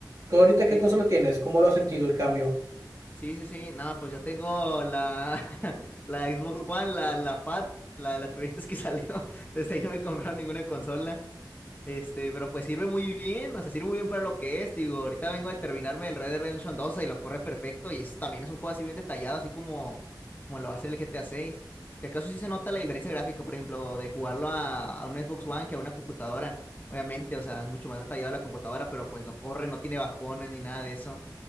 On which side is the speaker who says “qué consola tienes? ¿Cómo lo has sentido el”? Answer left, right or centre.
Right